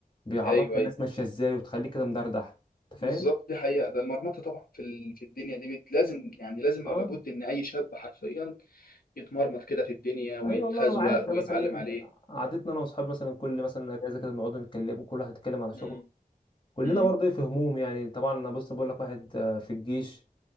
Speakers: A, on the left; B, on the left.
A: بيعرفك
B: ايوه
A: الناس
B: ايوه
A: ماشيه ازاي وتخليك كده مدردح انت
B: بالظبط
A: فاهم
B: دي حقيقة ده المرمطة طبعا في ال- في الدنيا دي بت... لازم يعني لازم
A: اه
B: ولا بد ان اي شاب حرفيا يتمرمط كده في الدنيا ويتخزوق
A: اي والله انا عارف يعني
B: ويتعلم
A: مثلا ايه انت-
B: عليه
A: قعدتنا انا واصحابي مثلا كل مثلا اجازه كده بنقعد نتكلم وكل واحد يتكلم على شغله
B: امم
A: كلنا
B: امم
A: برضه ايه في هموم يعني طبعا انا بص بقول لك واحد آه، في الجيش